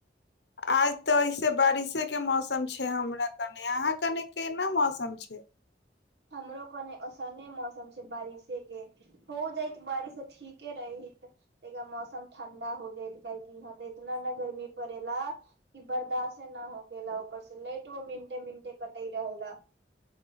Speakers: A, on the left; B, on the right.
A: आज तऽ ऐसे बारिशे के मौसम छै हमरा कने अहााँ कने केना मौसम छै
B: हमरो कोने औसने मौसम छै बारिशे के हो जायत बारिश ठीके रहत त मौसम ठंडा हो जाइत काहेकि यह इतना ने गर्मी पड़े ला कि बर्दाश्ते न होखे ला ऊपर से लैट वो मिंटे मिंटे कट ह रहू ने